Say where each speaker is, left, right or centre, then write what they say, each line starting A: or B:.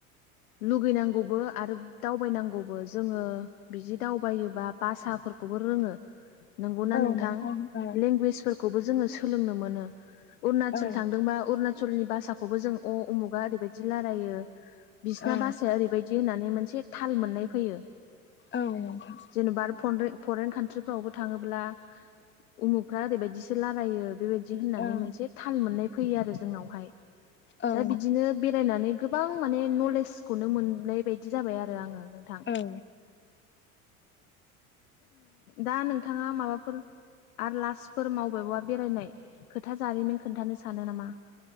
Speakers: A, on the left; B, on the left.
A: लुगैनांगौबो आरो दावबायनांगौबो जोङो बिदि दावबायोबा भासाफोरखौबो रोङोबो नंगौना
B: औ
A: नोंथां
B: औ
A: लेंगुवेजफोरखौबो जोङो सोलोंनो मोनो अरुणाचल
B: औ
A: थांदोंबो अरुणाचलनि भासाखौबो जों अ उमुगा ओरैबायदि रायलायो बिसिना
B: औ
A: भाषाया ओरैबादि बिदि होननानै मोनसे थाल मोननाय फैयो।
B: औ नोंथां।
A: जेनेबा आरो फरेन कान्ट्रिफ्रावबो थाङोब्ला। उमुखफ्रा ओरैबायदिसो रायलायो बेबायदि होननानै
B: औ
A: मोनसे थाल मोननाय फैयो आरो जोंनावहायो
B: औ
A: दा बिदिनो बेरायनानै गोबां गोबां माने नलेजखौनो मोननाय बायदि जाबाय आरो आङो नोंथां।
B: औ।
A: दा नोंथाङा माबाफोरो आरो लास्फोर मावबेबा बेरायनाय खोथा जारिमिन खोन्थानो सानो नामा?